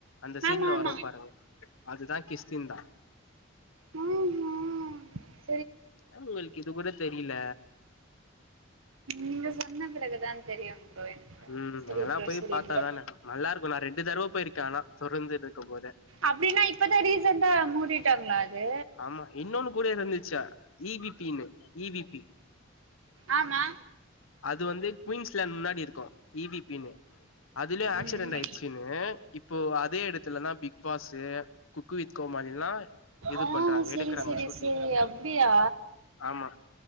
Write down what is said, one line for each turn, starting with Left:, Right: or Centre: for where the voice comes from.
Left: அந்த சீன்ல
Right: ஆமா ஆமா
Left: வரும் பாருங்க அதுதான் கிஷ்கிந்தா
Right: அஹ் ஹா
Left: உங்களுக்கு இது கூட தெரில
Right: நீங்க சொன்ன பிறகுதான் தெரியும் ப்ரோ எனக்கு
Left: ம்
Right: சரி
Left: அங்கெல்லா
Right: ப்ரோ
Left: போய்
Right: சரி
Left: பாத்தாதான
Right: ப்ரோ
Left: நல்லா இருக்கு நா ரெண்டு தடவ போயிருக்கே ஆனா தொடர்ந்து இருக்கு போதே
Right: அப்டின்னா இப்ப தான் ரீசண்டா மூடிட்டாங்களா அது
Left: ஆமா இன்னொன்னு கூட இருந்துச்சு இ வி பினு இ வி பி
Right: ஆமா
Left: அது வந்து குயின்ஸ் லேண்ட் முன்னாடி இருக்கும் இ வி பின்னு அதுலயும் ஆக்சிடென்ட்
Right: ம்
Left: ஆயிடுச்சுன்னு இப்போ அதே இடத்துலதான் பிக் பாஸு குக்கு வித் கோமாளில்லா இது
Right: ஆஹ
Left: பண்றாங்க
Right: சரி
Left: எடுக்குறாங்க
Right: சரி
Left: ஷூட்டிங்
Right: சரி அப்டியா
Left: ஆமா